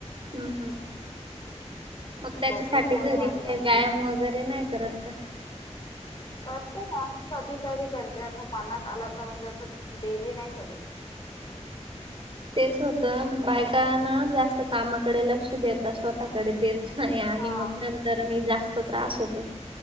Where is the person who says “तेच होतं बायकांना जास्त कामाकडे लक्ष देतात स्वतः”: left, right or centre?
Right